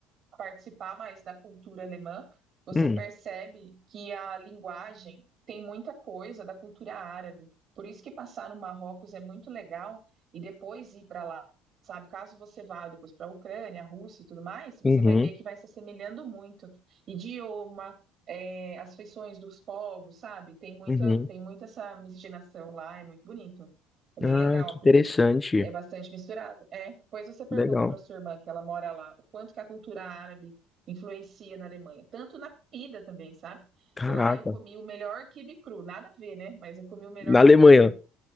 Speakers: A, on the right; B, on the left.
A: participar mais da cultura alemã, você
B: Hum,
A: percebe que a linguagem tem muita coisa da cultura árabe. Por isso que passar no Marrocos é muito legal e depois ir para lá, sabe? Caso você vá depois para a Ucrânia, a Rússia e tudo mais, você
B: uhum,
A: vai ver que vai se assemelhando muito. Idioma, é, as feições dos povos, sabe? Tem muita,
B: uhum.
A: tem muita essa miscigenação lá, é muito bonito. É
B: Ah,
A: bem legal
B: que
A: a
B: interessante.
A: cultura. É bastante misturado. É. Pois você pergunta
B: Legal.
A: para sua irmã, que ela mora lá, o quanto que a cultura árabe influencia na Alemanha, tanto na comida também, sabe?
B: Caraca.
A: Lá eu comi o melhor quibe cru, nada a ver, né? Mas eu comi o melhor
B: Na Alemanha.
A: quibe cru